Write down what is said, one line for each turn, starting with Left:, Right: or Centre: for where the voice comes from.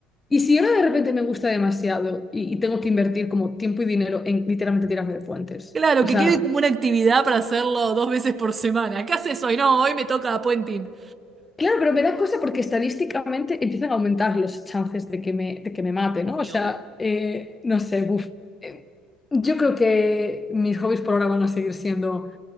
Left: y si ahora de repente me gusta demasiado y, y tengo que invertir como tiempo y dinero en literalmente tirarme de puentes.
Right: Claro,
Left: O
Right: que
Left: sea...
Right: quede como una actividad para hacerlo dos veces por semana. ¿Qué haces hoy? No, hoy me toca puenting.
Left: Claro, pero me da cosa porque estadísticamente empiezan a aumentar los chances de que me, de que me mate, ¿no? O
Right: Y
Left: sea,
Right: obvio.
Left: eh, no sé, buf. Eh, yo creo que mis hobbies por ahora van a seguir siendo